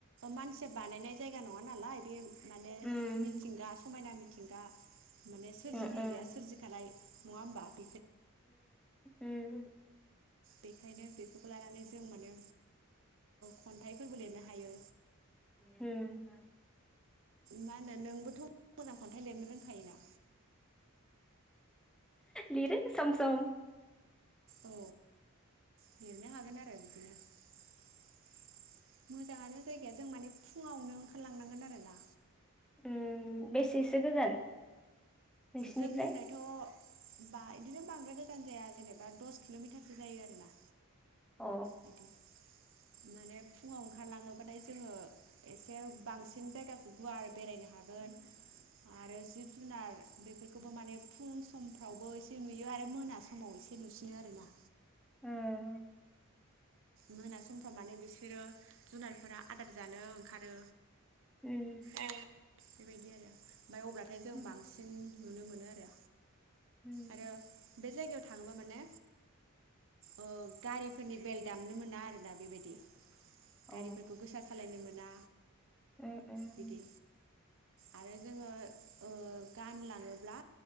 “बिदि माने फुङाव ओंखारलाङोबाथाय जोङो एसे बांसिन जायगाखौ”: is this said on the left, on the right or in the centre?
Right